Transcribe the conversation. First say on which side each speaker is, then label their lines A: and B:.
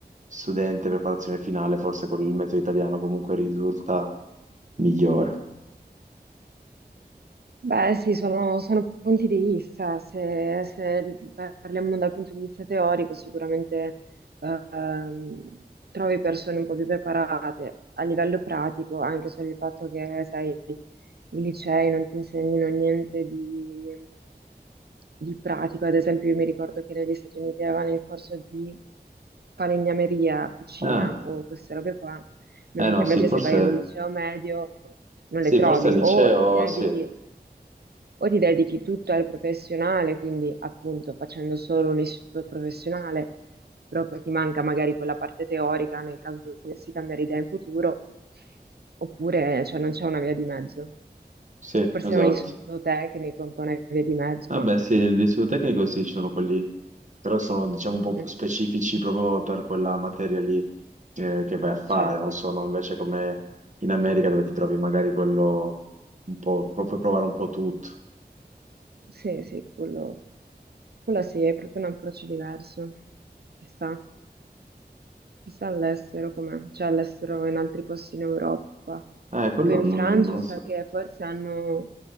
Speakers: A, on the right; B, on the right.
A: studente, preparazione finale, forse con il metodo italiano comunque risulta migliore.
B: Beh, sì, sono, sono punti di vista. Se, se parliamo dal punto di vista teorico, sicuramente ehm, trovi persone un po' più preparate. A livello pratico, anche solo il fatto che, sai, i licei non ti insegnino niente di, di pratico. Ad esempio, io mi ricordo che negli Stati Uniti avevano il corso di falegnameria, cucina
A: Ah,
B: o queste robe qua, mentre
A: eh no, sì,
B: invece
A: forse,
B: se vai in un liceo medio non
A: sì,
B: le trovi,
A: forse al liceo,
B: o ti dedichi,
A: sì,
B: o ti dedichi tutto al professionale, quindi appunto facendo solo un istituto professionale, però poi ti manca magari quella parte teorica nel caso tu dovessi cambiare idea in futuro, oppure cioè, non c'è una via di mezzo.
A: sì,
B: Forse
A: esatto.
B: è un istituto tecnico, un po' una via di mezzo,
A: Vabbè,
B: ma
A: sì, l'istituto tecnico sì, ci sono quelli, però sono diciamo un po'
B: mm,
A: specifici proprio per quella materia lì eh, che vai a fare,
B: certo,
A: non sono invece come in America dove ti trovi magari quello un po', pro- puoi provare un po' tutto.
B: sì, sì, quello, quello sì, è proprio un approccio diverso, chissà. Chissà all'estero com'è, cioè all'estero in altri posti in Europa.
A: Eh, quello
B: Tipo in
A: non,
B: Francia
A: non lo
B: so
A: so.
B: che forse hanno,